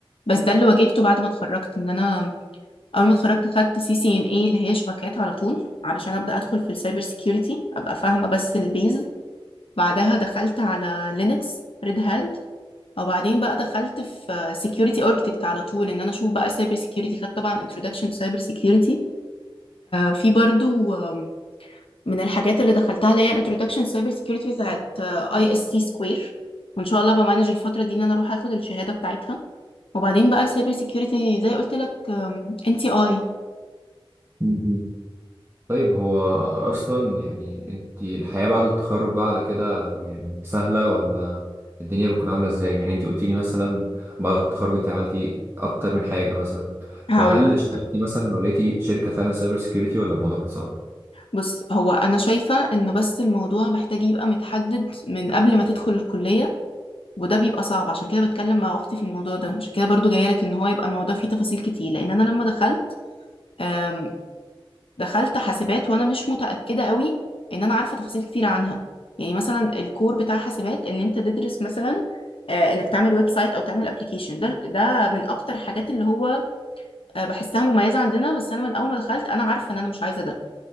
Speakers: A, on the left; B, on the right.
A: بس ده اللي واجهته بعد ما اتخرجت ان انا اول ما اتخرجت خدت سي سي ان اي اللي هي شبكات على طول علشان ابدا ادخل في السايبر سيكيورتي ابقى فاهمه بس البيز بعدها دخلت على لينكس ريد هاد وبعدين بقى دخلت في سيكيورتي اركتكت على طول ان انا اشوف بقى سايبر سيكيورتي خدت طبعا انترودكشن تو سايبر سيكيورتي في برضو آم، من الحاجات اللي دخلتها اللي هي انترودكشن سايبر سيكيورتي بتاعت اي اس سي سكوير وان شاء الله بمانج الفتره دي ان انا اروح اخد الشهاده بتاعتها وبعدين بقى السايبر سيكيورتي زي قلت لك ان تي اي
B: يعني طيب هو أصلا يعني أنت الحياة بعد التخرج بقى على كده يعني سهلة ولا الدنيا بتكون عاملة إزاي؟ يعني أنت قلتيلي مثلا بعد التخرج أنت عملتي أكتر من حاجة مثلا
A: هقول
B: فهل
A: لك
B: اشتغلتي مثلا لو لقيتي شركة فعلا سايبر سيكيورتي ولا الموضوع كان صعب؟
A: بص هو انا شايفة انه بس الموضوع محتاج يبقى متحدد من قبل ما تدخل الكلية وده بيبقى صعب عشان كده بتكلم مع اختي في الموضوع ده عشان كده برضو جايه لك ان هو يبقى الموضوع فيه تفاصيل كتير لان انا لما دخلت آم، دخلت حاسبات وانا مش متأكدة قوي ان انا عارفة تفاصيل كتير عنها يعني مثلا الكور بتاع حاسبات ان انت تدرس مثلا آه، انك تعمل ويب سايت او تعمل ابلكيشن ده ده من اكتر الحاجات اللي هو آه، بحسها مميزة عندنا بس انا من اول ما دخلت انا عارفة ان انا مش عايزة ده